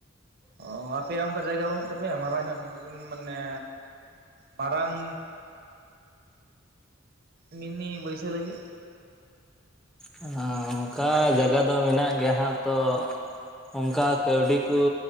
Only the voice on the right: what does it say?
ᱚ ᱟᱯᱮᱭᱟᱜ ᱚᱝᱠᱟ ᱡᱟᱭᱜᱟ ᱵᱟᱹᱱᱩᱜ ᱛᱟᱯᱮᱭᱟ ᱢᱟᱨᱟᱝ ᱧᱚᱜ ᱡᱚ ᱢᱟᱱᱮ ᱢᱟᱨᱟᱝ ᱢᱤᱱᱤ ᱵᱟᱹᱭᱥᱟᱹᱣ ᱞᱟᱹᱜᱤᱫ